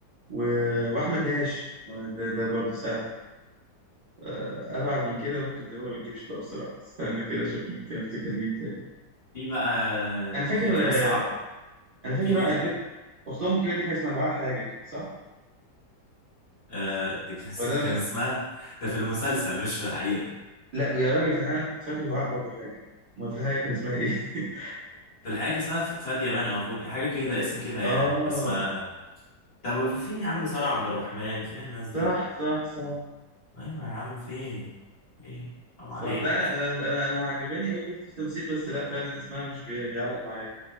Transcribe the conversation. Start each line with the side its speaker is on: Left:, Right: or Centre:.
Right: و... واحمد داش ده ده برضه سهل آه، ابعد من كده ممكن دماغي ما تجيبش بقى بسرعه استنى كده اشوف ممكن افتكر مين تاني
Left: في بقى
Right: انا
Left: نيكلاس
Right: فاكر آه،
Left: عقل
Right: انا فاكر
Left: في
Right: بقى البنت اختهم الكبيره دي كان اسمها دعاء حاجه كده صح
Left: آه، كان
Right: ولا ده
Left: كان
Right: مش
Left: اسمها ده في المسلسل مش في الحقيقة
Right: لا يا راجل انا كنت فاكر دعاء برضو حاجه امال في الحقيقه كان اسمها ايه <laughs>
Left: في الحقيقة كان اسمها ف- فادية بان أو فودي حاجة كده اسم كده يعني
Right: اه
Left: بس ما طب فين يا عم سارة عبد الرحمن فين الناس دي
Right: صح صح صح
Left: أيوة يا عم فين فين حرام
Right: صح
Left: عليك
Right: لا انا انا انا انا عجباني قوي البنت دي في التمثيل بس لا فعلا اسمها مش بي... بيعلق معايا